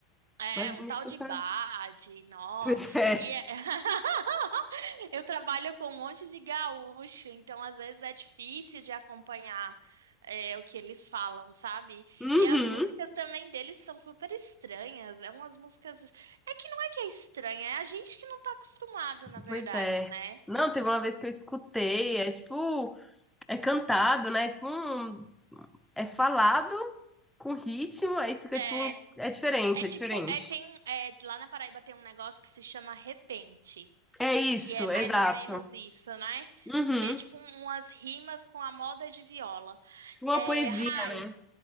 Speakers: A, on the right; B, in the centre.
A: É,
B: Mas
A: um
B: a música
A: tal de
B: sabe.
A: Bade,
B: <laughs>
A: nó.
B: Pois é.
A: E é- <laughs> eu trabalho com um monte de gaúcho, então às vezes é difícil de acompanhar é, o que eles falam, sabe?
B: Uhum.
A: E as músicas também deles são super estranhas. É umas músicas. É que não é que é estranha, é a gente que não tá acostumado, na verdade,
B: Pois é.
A: né?
B: Não, teve uma vez que eu escutei, é tipo, é cantado, né? Tipo, um... é falado com ritmo, aí fica
A: É,
B: tipo, um- é diferente,
A: é
B: é
A: tipo,
B: diferente.
A: é, tem, um- é, lá na Paraíba tem um negócio que se chama repente.
B: É isso,
A: que é mais
B: exato.
A: ou menos isso, né?
B: Uhum.
A: Que é tipo um- umas rimas com a moda de viola.
B: Tipo Uma
A: É,
B: poesia,
A: Rai,
B: né?